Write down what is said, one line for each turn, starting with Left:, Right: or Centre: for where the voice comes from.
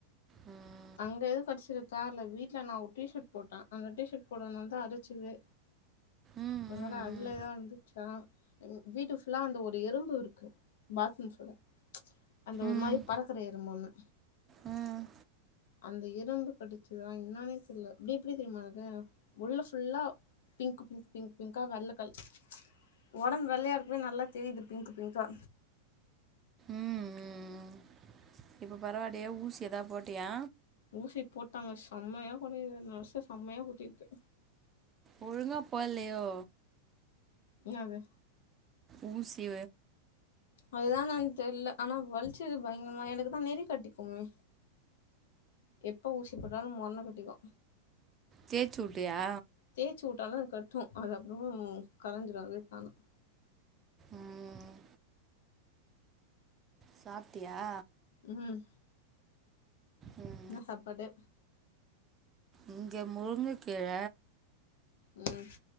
Right: ம்
Left: அங்க எது கடிச்சிருக்கா இல்ல வீட்ல நா ஒரு டீ ஷர்ட் போட்டே அந்த டீ ஷர்ட் போட்டதுனால தா அரிச்சிது
Right: ம்
Left: ஒருவேல
Right: ம்
Left: அதுல எதா இருந்துச்சா ம் வீட்டு ஃபுல்லா அந்த ஒரு எறும்பு இருக்கு பாத்ரூம் <unintelligible> அந்த ஒரு
Right: ம்
Left: மாரி பறக்குற எறும்பு ஒன்னு
Right: ம்
Left: அந்த எறும்பு கடிச்சுதா என்னானே தெரில இப்டி இப்டி தெரியுமா உனக்கு உள்ள ஃபுல்லா பிங்க் பிங்க் பிங்க் பிங்கா வெள்ள கலர் ஒடம்பு வெள்ளையா இருக்குவே நல்லா தெரிது பிங்க் பிங்க்கா
Right: ம் ம் இப்போ பரவாலையா ஊசி எதா போட்டையா
Left: ஊசி போட்டாங்க செம்மயா பண்ணிருக்கு நர்ஸ் செம்மயா குத்திருக்கு
Right: ஒழுங்க போல்லோயோ
Left: என்னாது
Right: ஊசி
Left: அதுதா நானு தெர்ல ஆனா வலிச்சது பயங்கரமா எனக்கு தா நெறி கட்டிக்குமே எப்போ ஊசி போட்டாலு மொன்ன குத்திக்கு
Right: தேச்சு உட்டியா
Left: தேச்சு உட்டாலு அது கட்டு அது அப்புறோ கரஞ்சிடு அதுவே தானா
Right: ம் சாப்ட்டியா
Left: ம்
Right: ம்
Left: என்ன சாப்பாடு
Right: இங்க முருங்கக்கீர
Left: ம்